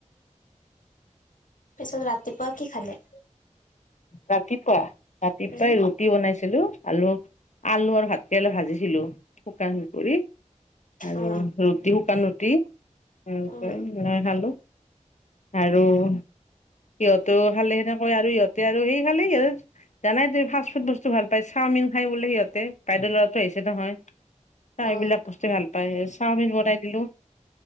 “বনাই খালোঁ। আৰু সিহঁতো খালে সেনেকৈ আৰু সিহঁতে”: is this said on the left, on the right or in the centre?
Left